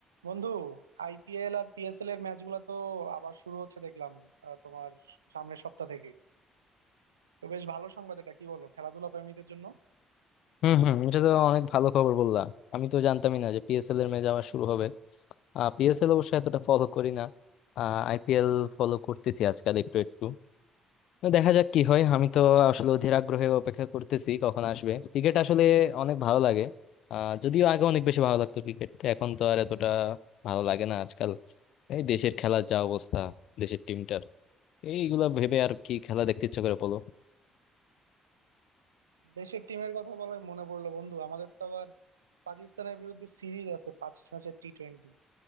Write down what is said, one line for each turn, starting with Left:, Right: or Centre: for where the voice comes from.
Right: বন্ধু আইপিএল আর পিএসএল এর ম্যাচগুলো তো আবার শুরু হচ্ছে দেখলাম আহ, তোমার সামনের সপ্তাহ থেকে তো বেশ ভালো সংবাদ এটা কি বলো খেলাধুলা প্রেমীদের জন্য
Left: হম হম এটা তো অনেক ভালো খবর বললা আমি তো জানতামই না যে পিএসএল এর ম্যাচ আবার শুরু হবে পিএসএল অবশ্য এতটা ফলো করি না আইপিএল ফলো করতেছি আজকাল একটু একটু তো দেখা যাক কি হয় আমি তো আসলে অধীর আগ্রহে অপেক্ষা করতেছি কখন আসবে ক্রিকেট আসলে অনেক ভালো লাগে আহ যদিও আগে অনেক বেশি ভালো লাগতো ক্রিকেট এখন তো আর এতটা ভালো লাগে না আজকাল এই দেশের খেলার যা অবস্থা দেশের টিমটার এইগুলা ভেবে আর কি খেলা দেখতে ইচ্ছা করে বলো
Right: দেশের টিমের কথা বলে মনে পড়লো বন্ধু আমাদের তো আবার পাকিস্তানের বিরুদ্ধে সিরিজ আছে পাঁচ ম্যাচের টি টোয়েন্টি